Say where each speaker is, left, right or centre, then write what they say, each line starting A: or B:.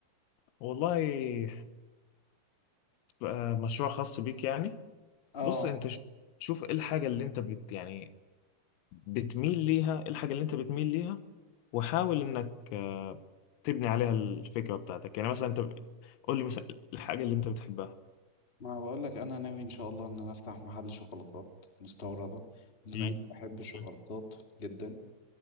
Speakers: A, on the left; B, on the left.
A: والله آه، مشروع خاص بيك يعني
B: آه
A: بص انت شوف شوف ايه الحاجه اللي انت بت يعني بتميل ليها ايه الحاجه اللي انت بتميل ليها وحاول انك آه، تبني عليها الفكرة بتاعتك يعني مثلا انت ب- قول لي مثلا الحاجة اللي انت بتحبها
B: ما بقول لك انا ناوي ان شاء الله ان انا افتح محل شوكولاتات مستورده بما
A: مم.
B: اني بحب الشوكولاتات
A: مم.
B: جدا